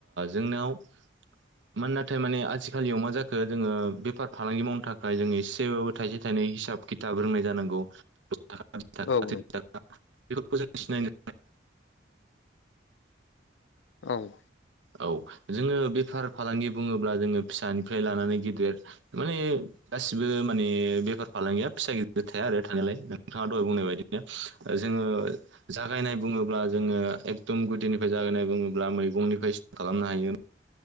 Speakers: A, on the right; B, on the left.
A: जोंनाव मान नाथाय माने आजिखालियाव मा जाखो जोङो बेफार फालांगि मावनो थाखाय जोङो एसेबाबो थाइसे थाइनै हिसाब खिथाब रोंनाय जानांगौ दस थाखा बिस थाखा
B: औ
A: त्रिस
B: नंगौ
A: थाखा बेफोरखौ जों सिनायनो
B: औ
A: औ जोङो बेफार फालांगि बुङोब्ला जोङो फिसानिफ्राय लानानै गिदिर माने गासिबो माने बेफार फालांगिया फिसा गिदिर थाया आरो थानायलाय नोंथाङा दहाय बुंनाय बायदिनो जोङो जा जागायनाय बुङोब्ला जोङो एकदम गुदिनिफ्राय जागायनाय बुङोब्ला मैगंनिफ्राय स्टार्ट खालामनो हायो